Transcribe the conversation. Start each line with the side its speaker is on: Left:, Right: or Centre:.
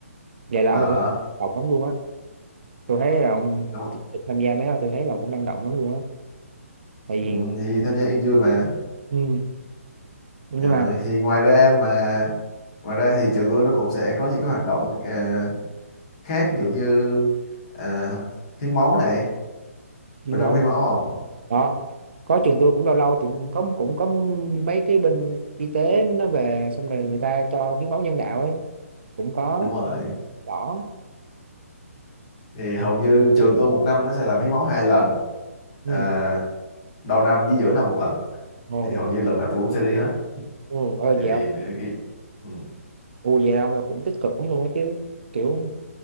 Right: vậy là
Left: đó
Right: ông cũng học lắm luôn á tôi thấy là ông
Left: đúng không?
Right: tích cực tham gia mấy đó tôi thấy là cũng năng động lắm luôn á tại
Left: ừ,
Right: vì
Left: thì tham gia vui mà
Right: ừ. nhưng
Left: rồi
Right: mà
Left: thì ngoài ra mà ngoài ra thì trường tôi nó cũng sẽ có những cái hoạt động à, khác ví dụ như à, hiến máu này
Right: chuyên
Left: bên
Right: môn
Left: ông có hiến máu không
Right: đó có trường tôi cũng lâu lâu thì có cũng có mấy cái bên y tế nó về xong rồi người ta cho hiến máu nhân đạo ấy cũng có
Left: đúng rồi
Right: đỏ
Left: thì hầu như trường tôi một năm nó sẽ làm hiến máu hai lần
Right: ừ.
Left: à, đầu năm với giữa năm một lần
Right: Ồ,
Left: thì
Right: định
Left: hầu như lần nào tôi cũng sẽ đi hết
Right: ừ. ờ
Left: tại
Right: vậy
Left: vì
Right: không
Left: ừ,
Right: ừ, vậy ông là cũng tích cực lắm luôn á chứ kiểu